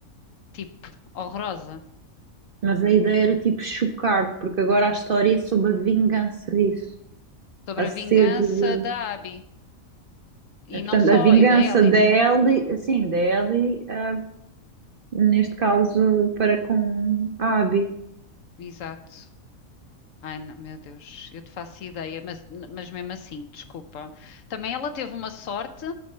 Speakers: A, on the left; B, on the right.
A: tipo, horrorosa.
B: mas a ideia era tipo chocar, porque agora a história é sobre a vingança disso,
A: Sobre
B: a
A: a
B: sede
A: vingança
B: de...
A: da Abby. E
B: Portanto,
A: não só,
B: a vingança
A: e da Ellie,
B: da
A: né?
B: Ellie, assim, da Ellie ah, neste caso para com a Abi.
A: Exato. Ai, não, meu Deus, eu te faço ideia, mas, mas mesmo assim, desculpa. Também ela teve uma sorte,